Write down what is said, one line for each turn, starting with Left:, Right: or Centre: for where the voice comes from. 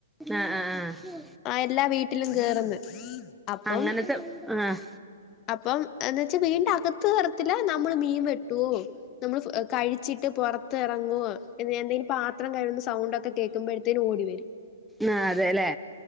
Centre: ആഹ ആഹ ആഹ
Left: ആ എല്ലാ വീട്ടിലും കേർന്ന് അപ്പം.
Centre: അങ്ങനത്തെ ആഹ്
Left: അപ്പം എന്ന് വച്ചാവീടിന്റെ അകത്ത് കെറത്തില്ല. നമ്മള് മീൻ വെട്ടോ നമ്മൾ കഴി ച്ചിട്ട് പുറത്ത്ഇറങ്ങു വോ എന്തെങ്കിലും പാത്രം കഴികുന്ന സൗണ്ട് ഒക്കെ കേക്കുമ്പോഴത്തേനും ഓടി വരും.
Centre: ആ അതെല്ലേ?